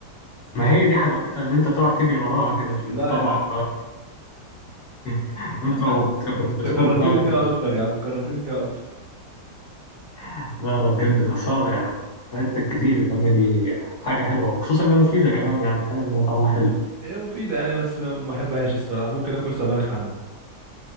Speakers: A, on the left; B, on the right.
A: ما هي دي حلاوتها ان انت تقعد تجري وراها كده في الطبق
B: لا يا عم
A: بقى <laughs> انت
B: <laughs>
A: وبت-
B: انت
A: بتقرب
B: كرهتني
A: بقى بال...
B: فيها اكتر يا عم كرهتني فيها اكتر
A: لا لا بجد خساره يعني فايدتك كتير الباميه دي حاجه حلوه خصوصا انها مفيده كمان يعني الحلوه ان هي طعمها حلو
B: هي مفيدة يعني بس ما بحبهاش الصراحة ممكن اكل سبانخ عنها